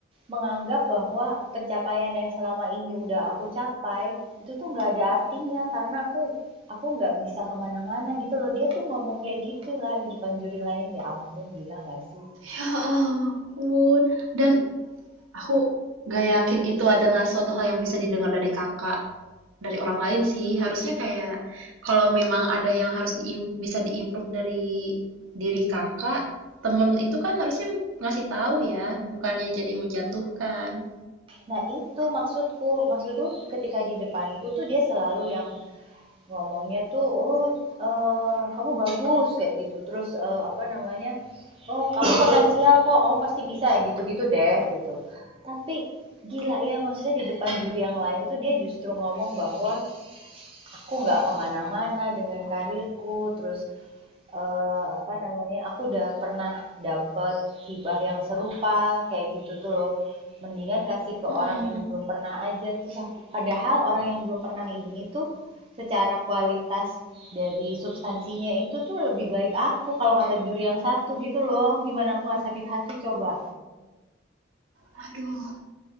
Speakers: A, on the right (about 25°); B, on the right (about 85°).
A: menganggap bahwa pencapaian yang selama ini udah aku capai itu tuh nggak ada artinya karena aku aku nggak bisa kemana-mana gitu loh dia tuh ngomong kayak gitu lah di depan juri lain ya ampun gila nggak sih
B: Ya ampun, dan aku gak yakin itu adalah suatu hal yang bisa didengar dari Kakak. dari orang lain sih. Harusnya kayak kalau memang ada yang harus diim- bisa diimprove dari diri kakak, temen itu kan harusnya ngasih tahu ya, bukannya jadi menjatuhkan.
A: Nah, itu maksudku. Maksudku ketika di depanku tuh dia selalu yang ngomongnya tuh, "Oh, eh, kamu bagus," kayak gitu. Terus eh, apa namanya? "Oh, kamu potensial kok. Kamu pasti bisa." Yang gitu-gitu deh, gitu. Tapi gila ya, maksudnya di depan juri yang lain itu dia justru ngomong bahwa aku nggak kemana-mana dengan karirku. Terus Eee, apa namanya, aku udah pernah dapet hibah yang serupa kayak gitu tuh loh. Mendingan kasih ke
B: Mm-mm.
A: orang yang belum pernah aja terus aku padahal orang yang belum pernah ini tuh secara kualitas dari substansinya itu tuh lebih baik aku kalau kata juri yang satu gitu loh. Gimana aku nggak sakit hati coba?
B: Aduh,